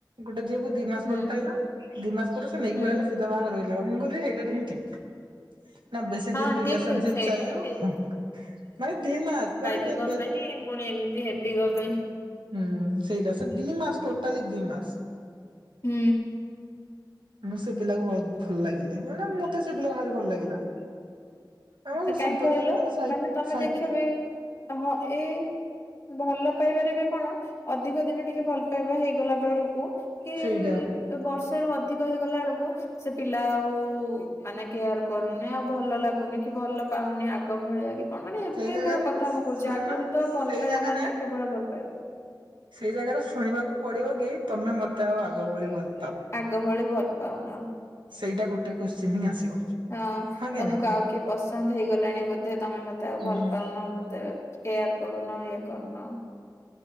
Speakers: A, on the right; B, on the left.
A: ଗୋଟେ ଝିଅକୁ ଦି ମାସ
B: ହୁଁ
A: ଭଲ ପାଇଲା। ଦି ମାସ ପରେ ସେ ନେଇକି
B: ହୁଁ
A: ପଳେଇଲା ସିଧା ବାହାଘର ହେଲା। ମୁଁ କିହିଲି ହେଇଟା ଟିହିଁ ଠିକ୍। ନାଁ ବେଶୀ
B: ହଁ
A: ଦିନ ରିଲେସନସିପ୍
B: ଠିକ ଠିକ ସେଇଟା
A: ଚାଲିବ
B: ହିଁ ଠିକ
A: ମାନେ ଦି ମାସ ମାନେ
B: ଦିଗ
A: ବେ ବେ
B: ପାଇଁ ପୁଣି ଏମତି ହେବି କ ପାଇଁ?
A: ହୁଁ ସେଇଟା ସେ ଦି ମାସ ଟୋଟାଲି ଦି ମାସ।
B: ହୁଁ।
A: ମୁଁ ସେ ପିଲାକୁ ବହୁତ ଭଲ ଲାଗିଲି ମାନେ ମତେ ସେ ପିଲା ଭାରି ଭଲ ଲାଗିଲା। ଆମ
B: ଏ କାଇଁ
A: ସମ୍ପର୍କରେ
B: କହିଲ
A: ସାଇ
B: ମାନେ ତମେ
A: ସାଇ
B: ଦେଖିବା ପାଇଁ ହଁ ଏ ଭଲ ପାଇବାରେ ବି କଣ ଅଧିକ ଦିନି ଟିକିଏ ଭଲ ପାଇବା ହେଇଗଲା ବେଳୁକୁ କି
A: ସେଇଟା
B: ବର୍ଷରୁ ଅଧି ତ ହେଇଗଲା ଅଳୁକୁ ସେ ପିଲା ଆଉ ମାନେ କେୟାର କରୁନି ଆଉ ଭଲ ଲାଗୁନି। କି ଭଲ ପାଉନି ଆଗ ଭଳିଆ ବି। କଣ ମାନେ ଏବେକା
A: ସେଇ ଜାଗାରେ
B: କଥା ମୁଁ କହୁଚି
A: ଶୁଣୁନ
B: ଆଗୁରୁ ତ ଭଲ
A: ସେଇ
B: ପାଇବା
A: ଜାଗାରେ
B: ମାନେ କେବଳ ଭଲ ପାଇବା।
A: ସେଇ ଜାଗାରେ ଶୁଣିବାକୁ ପଡ଼ିବ କି ତମେ ମତେ ଆଉ ଆଗ ଭଳି ଭଲ୍
B: ଆଗ ଭଳି ଭଲ ପାଉନ।
A: ସେଇଟା ଗୋଟେ କୋଶ୍ଚିନ୍ ହିଁ ଆସିବ।
B: ଅଁ
A: ହଁ କି
B: ତମୁକୁ
A: ନାଇଁ
B: ଆଉ କିଏ ପସନ୍ଦ ହେଇ ଗଲାଣି ବୋଧେ ତମେ ମତେ ଆଉ
A: ହୁଁ
B: ଭଲ ପାଉନ ମତେ କେୟାର କରୁନ ଏ କରୁନ।